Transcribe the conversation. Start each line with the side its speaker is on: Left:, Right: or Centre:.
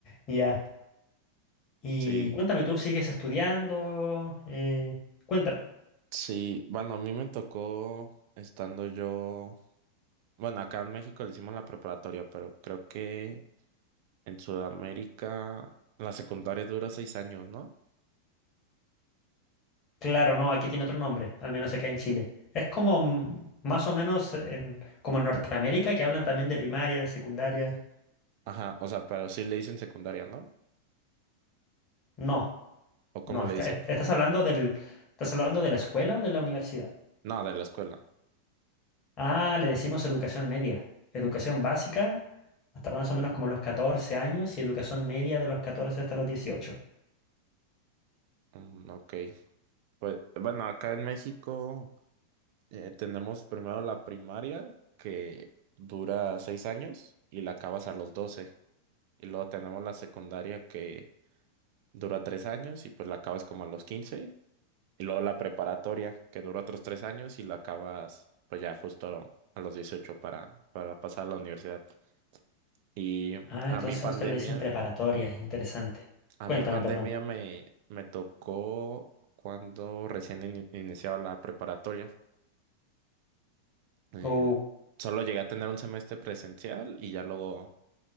Left: Y ya. Y
Right: sí,
Left: cuéntame, ¿tú sigues estudiando? Eh, cuéntame.
Right: sí, bueno, a mí me tocó estando yo. Bueno, acá en México le hicimos la preparatoria, pero creo que en Sudamérica la secundaria dura seis años, ¿no?
Left: Claro, no, aquí tiene otro nombre, al menos acá en Chile. Es como mm, más o menos en, como en Norteamérica, que hablan también de primaria, de secundaria.
Right: Ajá, o sea, pero sí le dicen secundaria, ¿no?
Left: No,
Right: ¿O cómo
Left: no,
Right: le
Left: está-
Right: dicen?
Left: est- estás hablando del, ¿estás hablando de la escuela o de la universidad?
Right: No, de la escuela.
Left: Ah, le decimos educación media. Educación básica hasta más o menos como los 14 años y educación media de los 14 hasta los 18.
Right: Mm, ok. Pues bueno, acá en México eh, tenemos primero la primaria, que dura seis años y la acabas a los doce. Y luego tenemos la secundaria que dura tres años y pues la acabas como a los quince. Y luego la preparatoria, que dura otros tres años y lo acabas, pues ya justo a los 18 para, para pasar a la universidad. Y
Left: Ah,
Right: a
Left: entonces
Right: mi pandemia,
Left: a usted le dicen preparatoria, interesante.
Right: a
Left: Cuéntame,
Right: mi pandemia
Left: perdón.
Right: me, me tocó cuando recién in- iniciaba la preparatoria. Eh,
Left: Oh,
Right: solo llegué a tener un semestre presencial y ya luego